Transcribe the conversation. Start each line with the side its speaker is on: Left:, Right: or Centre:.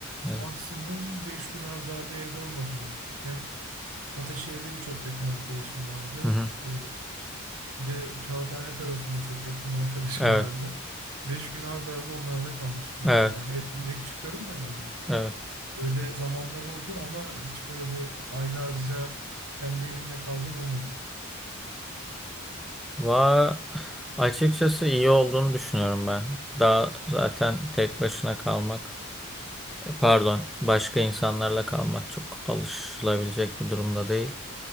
Centre: Evet.
Right: maksimum 5 gün arda arda evde olmadım öyle. Hem Ataşehir'de birçok yakın arkadaşım vardı.
Centre: Hı hı.
Right: E, Bir de Kağıthane tarafında çok yakın bir <laughs> arkadaşım
Centre: Evet.
Right: vardı. Beş gün ard arda onlarda kalmıştım
Centre: Evet.
Right: bir kere. Yani ev uğrayıp çıkıyorum da yani.
Centre: Evet.
Right: Böyle zamanlar oldu ama hiç böyle aylarca kendi evimde kaldığım olmadı.
Centre: Va açıkçası iyi olduğunu düşünüyorum ben. Daha zaten tek başına kalmak Pardon, başka insanlarla kalmak çok alışılabilecek bir durumda değil.